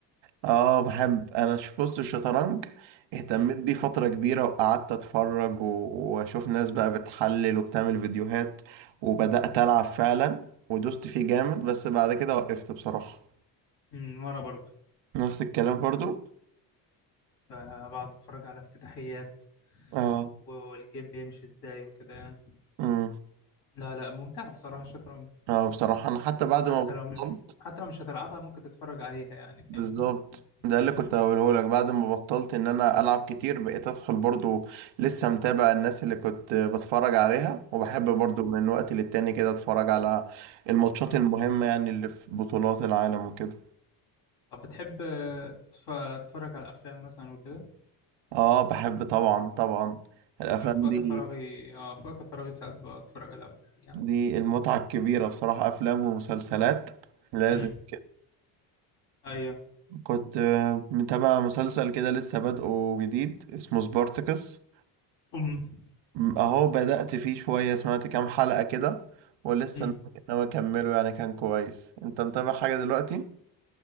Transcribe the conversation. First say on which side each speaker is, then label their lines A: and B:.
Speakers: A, on the right; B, on the left.
A: اه بحب انا ش- بص الشطرنج اهتميت
B: مم.
A: بيه فترة كبيرة وقعدت اتفرج و- واشوف ناس بقى بتحلل وبتعمل فيديوهات وبدأت العب فعلا ودوست فيه جامد بس بعد كده وقفت بصراحة
B: مم. وانا برضو
A: نفس الكلام برضو
B: ب- بقعد اتفرج على افتتاحيات
A: اه
B: والجيم بيمشي ازاي وكده يعني
A: امم
B: لا لا ممتعه بصراحه الشطرنج
A: اه بصراحة انا حتى بعد
B: حتى
A: ما بطلت
B: لو حتى لو مش هتلعبها ممكن تتفرج عليها يعني
A: بالظبط
B: فاهمني
A: ده اللي
B: مم.
A: كنت هقوله لك بعد ما بطلت ان انا العب كتير بقيت ادخل برضو لسه متابع الناس اللي كنت بتفرج عليها وبحب برضو من وقت للتاني كده اتفرج على الماتشات
B: مم.
A: المهمة يعني اللي في بطولات العالم وكده
B: طب بتحب آه، تف- تتفرج على الافلام مثلا وكده
A: اه بحب طبعا طبعا الافلام
B: انا في وقت
A: دي
B: فراغي اه في وقت فراغي ساعات بتفرج على الافلام يعني
A: دي المتعة الكبيرة بصراحة افلام ومسلسلات لازم
B: امم
A: كده.
B: ايوه
A: كنت آه، متابع مسلسل كده لسه بادئه جديد اسمه سبارتكس
B: امم
A: م- اهو بدأت فيه شوية سمعت كام حلقة كده ولسه
B: امم
A: ناوي ناوي اكمله يعني كان كويس انت متابع حاجة دلوقتي